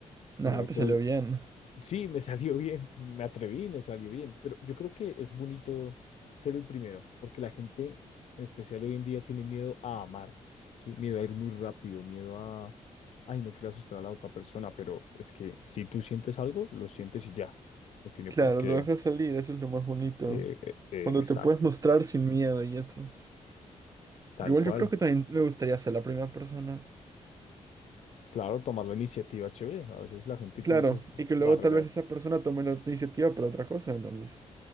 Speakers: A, on the right (about 30°); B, on the left (about 60°).
A: Nah,
B: eh,
A: pues
B: pero
A: salió bien.
B: Sí, me <laughs> salió bien, me atreví, me salió bien, pero yo creo que es bonito ser el primero, porque la gente, en especial hoy en día, tiene miedo a amar, ¿sí? Miedo a ir muy rápido, miedo a, ay, no quiero asustar a la otra persona, pero es que si tú sientes algo, lo sientes y ya, no tiene
A: Claro,
B: por qué,
A: lo dejas salir, eso es lo más bonito.
B: eh, eh, eh,
A: Cuando
B: exacto,
A: te puedes mostrar sin miedo y eso.
B: tal
A: Igual
B: cual.
A: yo creo que también me gustaría ser la primera persona.
B: Claro, tomar la iniciativa, chévere, a veces la gente tiene
A: Claro,
B: esas
A: y que luego
B: barreras,
A: tal vez esa persona tome la iniciativa por otra cosa, entonces.